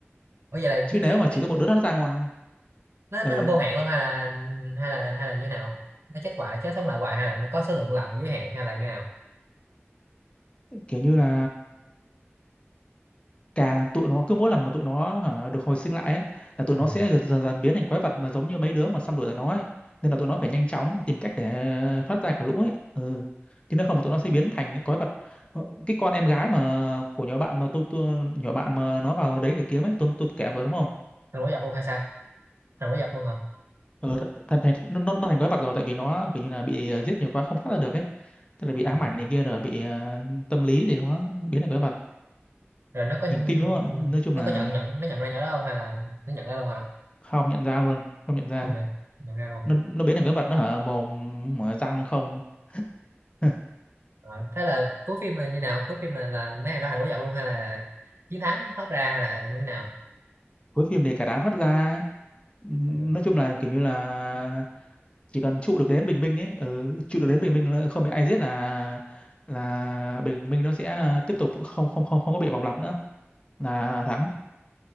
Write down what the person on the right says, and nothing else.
bây giờ là
nó
cứ
cái
nó
nó vô hạn luôn hay là hay là hay là như nào nó chết hoài chết sống lại hoài hay là nó có số lượng lần giới hạn hay là như nào
ừ.
thành quái vật luôn hay sao thành quái vật luôn hả
à.
rồi nó có
nó
có nhận nhận nó nhận ra nhỏ đó không hay là nó nhận ra luôn hả
không nhận nhận ra luôn
Ờ, thế là cuối phim là như nào cuối phim là là mấy thằng đó thành quái vật luôn hay là chiến thắng thoát ra hay là như thế nào
Ờ,